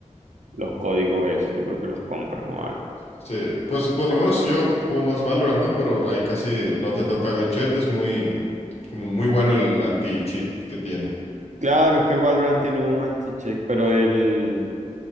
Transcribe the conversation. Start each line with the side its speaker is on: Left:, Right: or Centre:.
Right: los códigos eso. Yo creo que los compran o algo.
Left: Sí, pues por lo menos yo juego más Valorant, ¿no? Pero ahí casi no te toca ver chat, es muy, como muy bueno el anti-cheat que tiene.
Right: Claro, es que el Valorant tiene un anti-check, pero el,